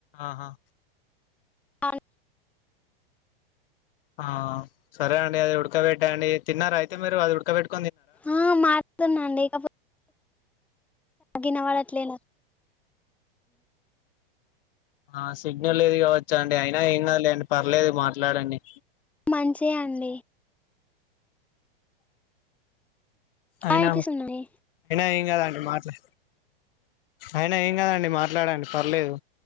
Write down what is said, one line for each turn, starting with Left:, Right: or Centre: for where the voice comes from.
Left: ఆహా
Centre: అవును
Left: ఆ సరే అండి అది ఉడకబెట్టా అండి తిన్నరా అయితే మీరు అది ఉడకబెట్
Centre: ఆ మారుతునండి ఇకపో వినబడట్లే నాకు
Left: ఆ సిగ్నల్ ఏది కావచ్చా అండి అయినా ఏ కా లేండి పర్లేదు మాట్లాడండి
Centre: మంచి అండి
Left: అయినా
Centre: ఆ వినిపిస్తుందండి
Left: అయినా మాట్లా అయినా ఏం కదండి మాట్లాడండి పర్లేదు